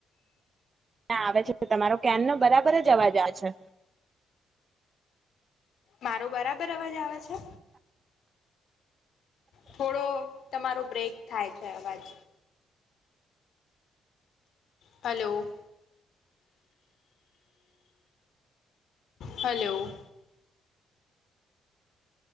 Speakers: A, on the right; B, on the left.
A: ના આવે છે. તો તમારો કેરનો બરાબર જ અવાજ આવે છે.
B: મારો બરાબર અવાજ આવે છે.? થોડો તમારો બ્રેક થાય છે. અવાજ, હલો! હલો!